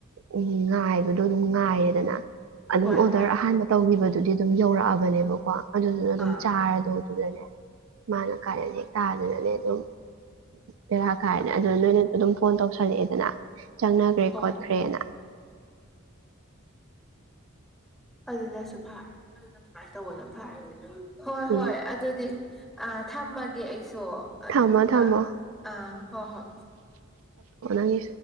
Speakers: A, on the right; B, in the centre.
A: ꯎꯝ ꯉꯥꯏꯕꯗꯣ ꯑꯗꯨꯝ ꯉꯥꯏꯌꯦꯗꯅ ꯑꯗꯨꯝ
B: ꯍꯣꯏ
A: ꯑꯣꯗꯔ
B: ꯍꯣꯏ
A: ꯑꯍꯥꯟꯕ ꯇꯧꯈꯤꯕꯗꯨꯗꯤ ꯑꯗꯨꯝ ꯌꯧꯔꯛꯑꯕꯅꯦꯕꯀꯣ ꯑꯗꯨꯗꯨꯅ ꯑꯗꯨꯝ
B: ꯑꯥ
A: ꯊꯥꯗꯣꯛꯇꯗꯅꯦ ꯃꯥꯅ ꯀꯥꯏꯅ ꯍꯦꯛ ꯇꯥꯗꯅꯅꯦ ꯑꯗꯨꯝ ꯄꯦꯔ ꯀꯥꯏꯔꯅ ꯑꯗꯨꯅ ꯅꯣꯏꯅ ꯑꯗꯨꯝ ꯐꯣꯟ ꯇꯧꯁꯜꯂꯛꯑꯦꯗꯅ ꯆꯪꯅꯈ꯭ꯔꯦ
B: ꯍꯣꯏ
A: ꯈꯣꯠꯈ꯭ꯔꯦꯅ
B: ꯑꯗꯨꯅꯁꯨ ꯐꯔꯦ ꯑꯗꯨꯅ ꯑꯗꯨꯃꯥꯏꯅ ꯇꯧꯕꯅ ꯐꯔ ꯍꯣꯏ ꯍꯣꯏ
A: ꯎꯝ
B: ꯑꯗꯨꯗꯤ ꯑꯥ ꯊꯝꯃꯒꯦ ꯑꯩꯁꯨ ꯑꯗꯨꯗꯨꯒ
A: ꯊꯝꯃꯣ ꯊꯝꯃꯣ
B: ꯑꯥ ꯍꯣꯏ ꯍꯣꯏ
A: ꯑꯒꯤ